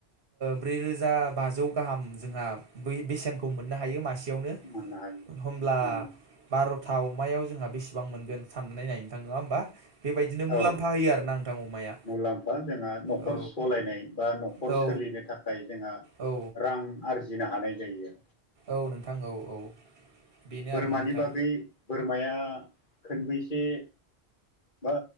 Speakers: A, on the right (about 60°); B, on the left (about 50°).
A: ब्रै रोजा बाजौ गाहाम जोंहा बै बेसेनखौ मोननो हायो मासे आवनो
B: मोननो हायो
A: एखमब्ला
B: उम
A: बार'था अमायाव जोंहा बेसे बां मोनगोन साननानै नाय नोंथां नङा होमबा? बेबायदिनो
B: औ
A: मुलाम्फा होयो आरोना नोंथां अमाया
B: मुलाम्फा। जोंहा न'खर
A: औ
B: सलायनाय बा न'खर
A: औ
B: सो लिनो थाखाय जोंहा
A: औ
B: रां आरजिनो हानाय जायो।
A: औ नोंथां औ औ। बेनो
B: बोरमानि
A: आरोना नोंथां
B: बागै बोरमाया खोनबैसे बा